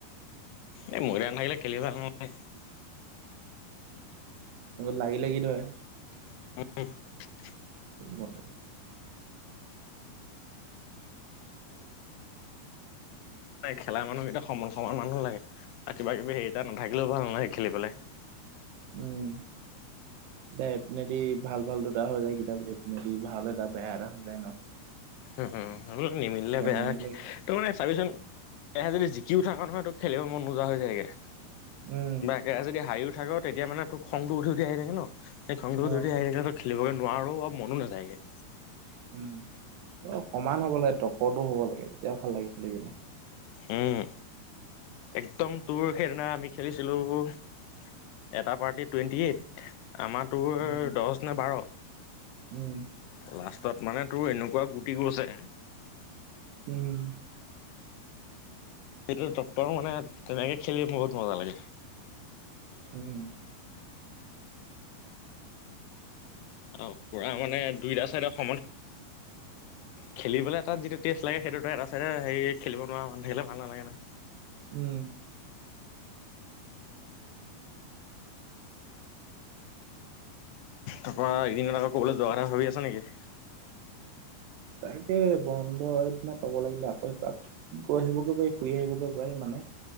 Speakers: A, on the left; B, on the right.
A: এ মইডা নেথাকিলে খেলি ভাল নেলাগে।
B: উম লাগি লাগি ধৰে।
A: <unintelligible>
B: ৰুমত থাকে।
A: নাই খেলাৰ মানুহ কেইটা সমান সমান মানুহ লাগে, আৰু কিবা কিবি হেৰি এটা নাথাকিলেও ভাল নালাগে খেলি পেলাই।
B: উম। এ এপিনেদি ভাল ভাল দুটা হৈ যায় কেতিয়াব সেপিনেদি ভাল এটা বেয়া এটা হৈ যায় ন।
A: হু হুম হলোঁ নিমিলিলে
B: তেতিয়া
A: বেয়া
B: নিমিলেগে
A: তোৰ মানে চাবিচোন একেৰাহে যদি জিকিও থাক নহয় তোক খেলিব মন নোযোৱা হৈ যায়গে।
B: উম। <inaudible>
A: এতিয়া যদি হাৰিও থাকো। তেতিয়া মানে তোক খংটো উঠৈ-উঠে আহি থাকে ন। সেই খংটো উঠে-উঠৈ
B: অ',
A: আহি থাকে ত <inaudible> খেলিবলে নোৱাৰো আৰু মনো নাযায়। <inaudible>
B: উম! অ সমান হ'ব লাগে টৰ্কৰটো হ'ব লাগে তেতিয়া ভাল লাগে খেলি পিনে। <inaudible>
A: উম! একদম তোৰ সেইদিনা আমি খেলিছিলোঁ <inaudible> এটা পাৰ্টি টুৱেণ্টি এইট। আমাৰ তোৰ
B: উম
A: দহ নে বাৰ। <inaudible>
B: উম। <unintelligible>
A: লাষ্টত মানে তোৰ এনেকুৱা গুটি গৈছে <unintelligible>
B: উম। <inaudible>
A: সেইটো টক্কৰ মানে তেনেকৈ খেলি বহুত মজা লাগে। <inaudible>
B: উম! <inaudible>
A: আৰু পুৰা মানে দুইটা-চাৰিটা সমান <inaudible>
B: <inaudible>
A: খেলিবেল তাত যিটো টেষ্ট লাগে সেইটো ত এটা <unintelligible> হেৰি খেলিব নোৱাৰা মানুহ থাকিলে ভাল নালাগে না।
B: উম। <unintelligible>
A: তাৰ পৰা এইকেইদিনত আকৌ ক'বলৈ যোৱাৰ কথা ভাবি আছ নেকি? <unintelligible>
B: তাকে বন্ধ হয় দিনা পাব লাগিলে আকৌ পাত <unintelligible> গৈ আহিবকে পাৰি, ফুৰি আহিবকে পাৰি মানে। <inaudible>